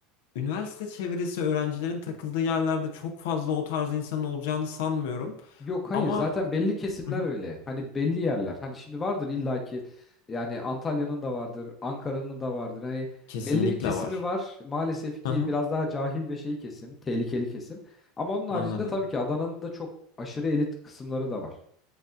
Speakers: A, on the left; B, on the left.
A: üniversite çevresi öğrencilerin takıldığı yerlerde çok fazla o tarz insanın olacağını sanmıyorum.
B: Yok hayır
A: Ama
B: zaten belli kesimler
A: hı hı.
B: öyle. Hani belli yerler. Hani şimdi vardır illaki yani Antalya'nın da vardır, Ankara'nın da vardır. Hani
A: Kesinlikle
B: belli bir kesimi
A: var.
B: var. Maalesef ki
A: Hı hı.
B: biraz daha cahil ve şey kesim, tehlikeli kesim. Ama onun haricinde
A: Anladım.
B: tabii ki Adana'nın da çok aşırı elit kısımları da var.